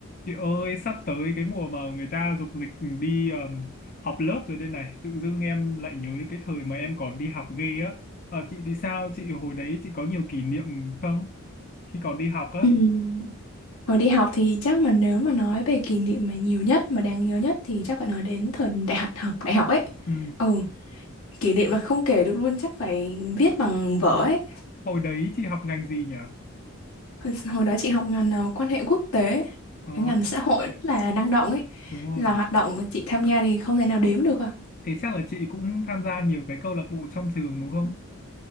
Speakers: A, on the left; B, on the left.
A: Chị ơi, sắp tới cái mùa mà người ta dục dịch đi um, học lớp rồi đây này, tự dưng em lại nhớ cái thời mà em còn đi học ghê á. Ờ, chị thì sao? Chị hồi đấy chị có nhiều kỷ niệm không? Khi còn đi học á.
B: Ừm, Hồi đi học thì chắc mà nếu mà nói về kỷ niệm mà nhiều nhất mà đáng nhớ nhất thì chắc phải nói đến thời đại học học đại học ấy.
A: Ừ.
B: Ừ, kỷ niệm mà không kể được luôn chắc phải viết bằng vở ấy.
A: Hồi đấy chị học ngành gì nhỉ?
B: Hồi hồi đó chị học ngành ờ, quan hệ quốc tế,
A: Ờ,
B: cái ngành xã hội rất là năng động ấy.
A: đúng rồi.
B: Là hoạt động mà chị tham gia thì không thể nào đếm được à.
A: Thế chắc là chị cũng tham gia nhiều cái câu lạc bộ trong trường đúng không?